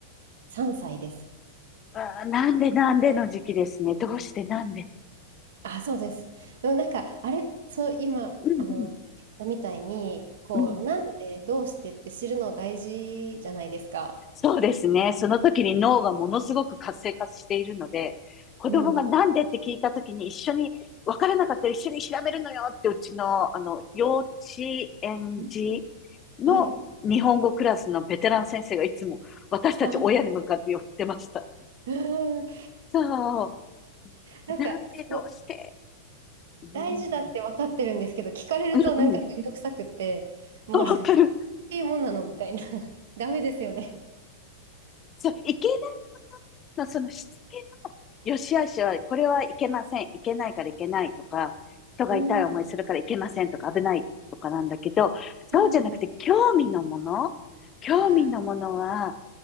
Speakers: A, on the right; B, on the left.
A: 3歳です。
B: あー、なんでなんでの時期ですね。どうしてなんで。
A: あ、そうです。でもなんか、あれ、そう、今、
B: うんうん、
A: あの、言ったみたいに、こう、
B: うん。
A: なんで、どうしてって知るの大事じゃないですか。
B: そうですね。その時に脳がものすごく活性化しているので、子供がなんでって聞いた時に一緒に、
A: うんう
B: 分からなかったら一緒に調べるのよってうちの、あの、幼稚園児
A: ん。
B: の日本語クラスのベテラン先生がいつも私たち親に向かって寄ってました。
A: はい。わあ、<laughs> うん。
B: そ
A: なんか、
B: う。なんでどうして。
A: そう、
B: うん
A: 大事だって分かってるんですけど、聞かれるとなんかめんどくさくって、
B: うんうん。
A: もうなんか、
B: あ、わかる。
A: <laughs> こういうもんなのみたいな。<laughs> ダメですよね。
B: そう、いけないことの、そのしつけの、よし悪しは、これはいけません。いけないからいけないとか、人が痛い思いするからいけませんとか、
A: うん。
B: 危ないとかなんだけど、
A: ああ、
B: そうじゃなくて、
A: はい。
B: 興味のもの興味のものは、
A: ああ、